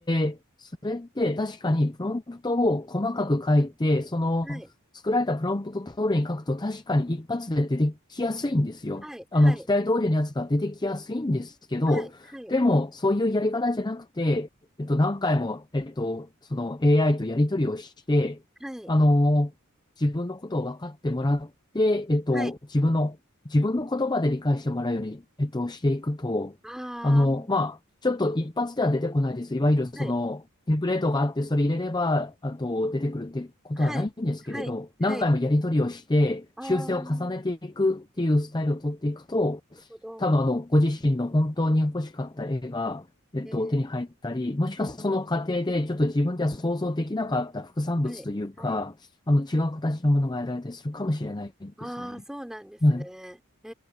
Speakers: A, on the left; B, in the centre.
A: で、それって確かにプロンプトを細かく書いて、その、
B: はい。
A: 作られたプロンプト通りに書くと確かに一発で出てきやすいんですよ。
B: はい。
A: あの、
B: はい。
A: 期待通りのやつが出てきやすいんですけど、
B: はい。はい。
A: でも、そういうやり方じゃなくて、えっと、何回も、えっと、その AI とやり取りをして、
B: はい。
A: あの、自分のことを分かってもらって、えっと、
B: はい。
A: 自分の、自分の言葉で理解してもらうように、えっと、していくと、
B: ああ。
A: あの、まあ、ちょっと一発では出てこないです。いわゆるその、
B: はい。
A: テンプレートがあって、それ入れれば、あと、出てくるってことはないんですけれど、
B: はい。はい。はい。
A: 何回もやり取りをして、
B: ああ、
A: 修正を重ねていくっていうスタイルを取っていくと、
B: なるほど。
A: 多分あの、ご自身の本当に欲しかった絵が、えっと、
B: えー、
A: 手に入ったり、もしくはその過程でちょっと自分では想像できなかった副産物というか、
B: はい、はい。
A: あの、違う形のものが得られたりするかもしれないですね。
B: ああ、そうなんですね。
A: はい。
B: え